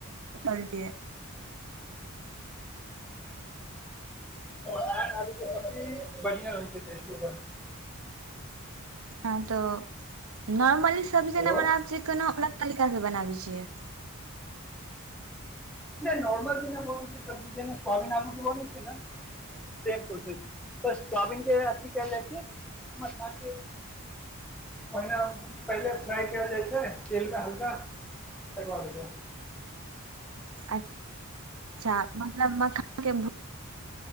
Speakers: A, on the right; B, in the centre.
A: <unintelligible> करलियै
B: ह आलू के सब्जी बढ़िआं होइ छै टेस्ट ओकर
A: हँ तऽ नॉर्मली सब्जी जेना
B: हेलो
A: बनाबै छिय कोनो अलग तरीकासँ बनाबै छियै।
B: नहि नोर्मल जेना बनाई छै सब्जी जे सोबीन आलू क बने छै ने शामे प्रोसेस बस सोयाबीन के अथि केल जाइ छै और माखन के ओहिना पहिले फ्राई कयल जाइ छै तेल मे हल्का तैकेबाद
A: अच्छा मतलब मखानके